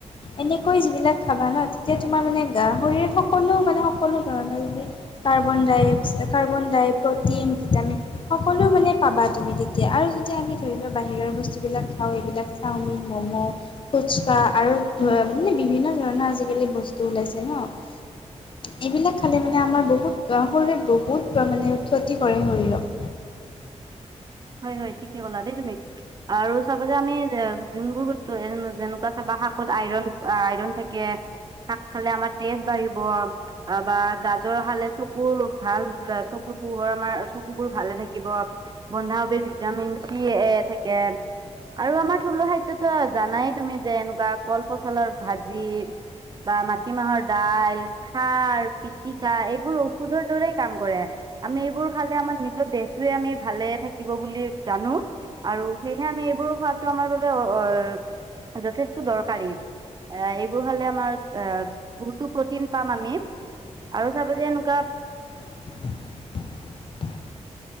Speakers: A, on the left (about 45°); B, on the right (about 35°).
A: এনেকৈ যিবিলাক খাবা ন তেতিয়া তোমাৰ মানে গাহৰি হওক সকলো মানে সকলো ধৰণৰ যেনে কাৰ্বন ডাই অক্সাই কাৰ্বন ডাই প্ৰ'টিন ভিটামিন সকলো মানে পাবা তুমি তেতিয়া আৰু যেতিয়া আমি ধৰি লোৱা বাহিৰৰ বস্তুবিলাক খাওঁ এইবিলাক চাওমিন ম'ম' ফুচকা আৰু মানে বিভিন্ন ধৰণৰ আজিকালি বস্তু ওলাইছে ন উ এইবিলাক খালে মানে আমাৰ বহুত শৰীৰত বহুত মানে ক্ষতি কৰে শৰীৰক <inaudible>
B: হয়, হয় ঠিকে ক'লা দেই তুমি আৰু চাবা যে আমি যোনবোৰ বস্তু যেনেকুৱা চাবা শাকত আইৰণ আইৰণ থাকে শাক খালে আমাৰ তেজ বাঢ়িব বা গাত গাজৰ খালে চকুৰ ভাল চকুৰ পোহৰ আমাৰ চকুবোৰ ভালে থাকিব বন্ধাকবিত ভিটামিন চি এ থাকে আৰু আমাৰ থলুৱা খাদ্যতো জানাই তুমি যে এনেকুৱা কলপচলাৰ ভাজি বা মাটিমাহৰ দাইল খাৰ পিটিকা এইবোৰ ঔষধৰ দৰেই কাম কৰে আমি এইবোৰ খালে আমাৰ নিজৰ দেহটোৱে আমি ভালে থাকিব বুলি জানো, আৰু সেয়েহে আমি এইবোৰ খোৱাটো আমাৰ বাবে অ যথেষ্ট দৰকাৰী। এ এইবোৰ খালে আমাৰ এ বহুতো প্ৰ'টিন পাম আমি। আৰু চাব যে এনকুৱা
A: <unintelligible>